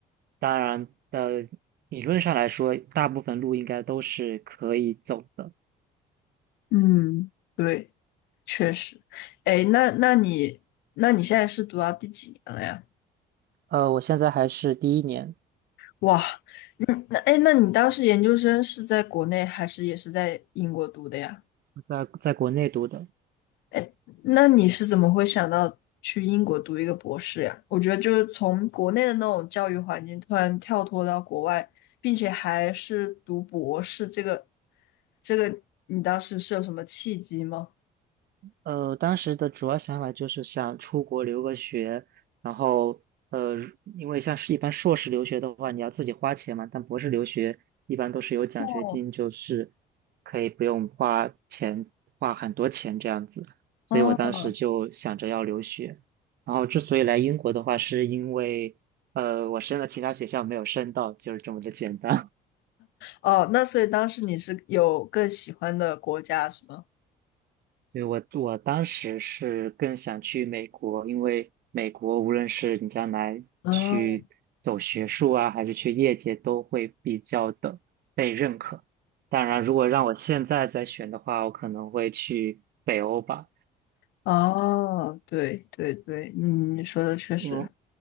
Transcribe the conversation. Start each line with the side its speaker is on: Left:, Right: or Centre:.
Right: 当然的，呃，理论上来说，大部分路应该都是可以走的。
Left: 嗯，对，确实。哎，那那你，那你现在是读到第几年了呀？
Right: 呃，我现在还是第一年，
Left: 哇，嗯，那哎，诶那你当时研究生是在国内还是也是在英国读的呀？
Right: 在在国内读的。
Left: 哎，那你是怎么会想到去英国读一个博士呀？我觉得就是从国内的那种教育环境突然跳脱到国外，并且还是读博士，这个这个你当时是有什么契机吗？
Right: 呃，当时的主要想法就是想出国留个学，然后呃，因为像是一般硕士留学的话，你要自己花钱嘛，但博士留学一般都是有奖学金，
Left: 哦
Right: 就是可以不用花钱，花很多钱这样子，所以我当时就想着要留学。
Left: 哦，
Right: 然后之所以来英国的话，是因为呃，我申了其他学校没有申到，就是这么的简单。
Left: 哦，那所以当时你是有更喜欢的国家是吗？
Right: 对，我我当时是更想去美国，因为美国无论是你将来去走学术啊，
Left: 哦
Right: 还是去业界，都会比较的被认可。当然，如果让我现在再选的话，我可能会去北欧吧。
Left: 哦，对对对，嗯，你说的确实。
Right: 因为。